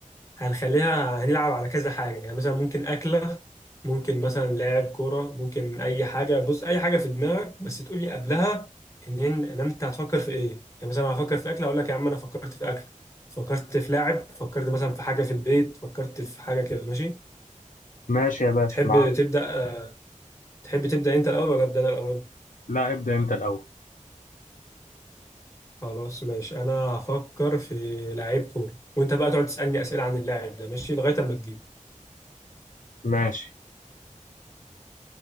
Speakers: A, on the left; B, on the left.
A: هنخليها هنلعب على كذا حاجة يعني مثلا ممكن أكلة ممكن مثلا لاعب كورة ممكن أي حاجة بص أي حاجة في دماغك بس تقول لي قبلها إن إن إن أنت هتفكر في إيه يعني مثلا أنا هفكر في أكلة أقول لك يا عم أنا فكرت في أكل فكرت في لاعب فكرت مثلا في حاجة في البيت فكرت في حاجة كده ماشي
B: ماشي يا باشا
A: تحب
B: معاك
A: تبدأ آه، تحب تبدأ أنت الأول ولا أبدأ أنا الأول
B: لا ابدأ انت الأول
A: خلاص ماشي انا هفكر في لعيب كورة وانت بقى تقعد تسألني أسئلة عن اللاعب ده ماشي لغاية اما تجيبه
B: ماشي